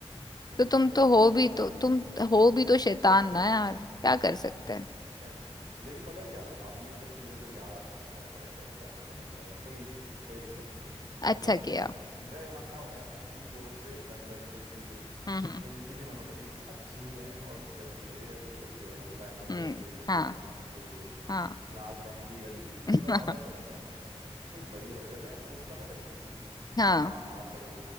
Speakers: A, on the right; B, on the left.
A: तुम
B: तो तुम
A: फिर
B: तो
A: भी
B: हो
A: यार
B: भी
A: काफी
B: तो तुम हो भी तो शैतान ना यार क्या कर सकते हैं
A: यार ये तो लेकिन पता है क्या अब ये सब चीजें जब याद आती है ना तो ऐसा लगता है कि यार मतलब अ, कोई इशू नहीं है कोई दिक्कत नहीं है
B: अच्छा
A: मतलब
B: किया
A: मेरा ये मानना हो गया कि जो बच्चे फ्रंट बेंचर्स भी थे
B: हम्म हम्म
A: उनकी भी मेमोरीज अच्छी ही हैं और जैसे मेरे जैसे जो बच्चे हो गए ना जो बैक बेंचर्स
B: हम्म,
A: थे जो शैतानियां
B: हाँ
A: करते थे
B: हाँ
A: क्लास बंक भी कर ली तो
B: <laughs>
A: मतलब अब ऐसा लगता है कि मतलब यार ये कोई बड़ी हरकतें उस समय लगती थी
B: हाँ
A: कि हाँ मार पड़ेगी